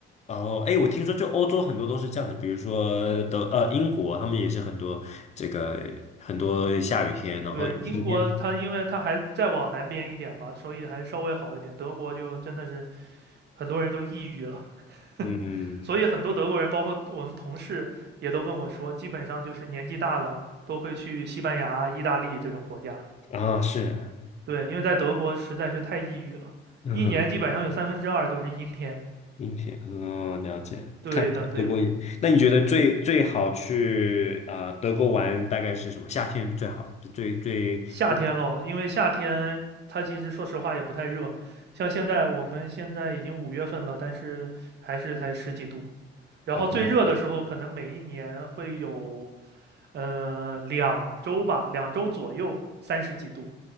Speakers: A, on the left (about 35°); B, on the right (about 60°).
A: 然后哎，我听说就欧洲很多都是这样的，比如说德呃英国，他们也是很多这个很多下雨天，然后晴天，
B: 对，英国它因为它还再往南边一点嘛，所以还稍微好一点。德国就真的是很多人都抑郁了，<laughs>
A: 嗯
B: 所以很多德国人，包括我们同事也都跟我说，基本上就是年纪大了都会去西班牙、意大利这种国家。
A: 啊是，
B: 对，因为在德国实在是太抑郁了，
A: 嗯哼。
B: 一年基本上有三分之二都是阴天。
A: 音频，嗯，了解。
B: 对的，
A: 看德国也，
B: 对的。
A: 那你觉得最最好去啊、呃德国玩大概是什么？夏天最好，就最最最
B: 夏天咯，因为夏天它其实说实话也不太热，像现在我们现在已经五月份了，但是还是才十几度。然后最热的时候，
A: 哦，
B: 可能每一年会有，呃，两周吧，两周左右三十几度，